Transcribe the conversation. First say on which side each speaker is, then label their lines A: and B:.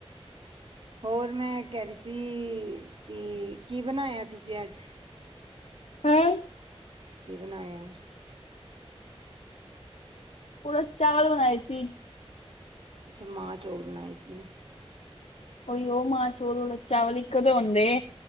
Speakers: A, on the right; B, on the left.
A: ਹੋਰ ਮੈਂ ਕੈ ਰੀ ਸੀ ਕਿ ਕੀ ਬਣਾਏਆ ਤੁਸੀ ਅੱਜ।
B: ਹੈਂ
A: ਕੀ ਬਨਾਇਐ?
B: ੳਊੜਦ ਚਾਵਲ ਬਣਾਏ ਸੀ।
A: ਅੱਛਾ, ਮਾਂ ਚੌਲ ਬਣਾਏ ਸੀ।
B: ਓਈਓ ਮਾਂ ਚੋਲ ਉੜਦ ਚਾਵਲ ਇਕੋ ਤੇ ਹੁਂਦੇ।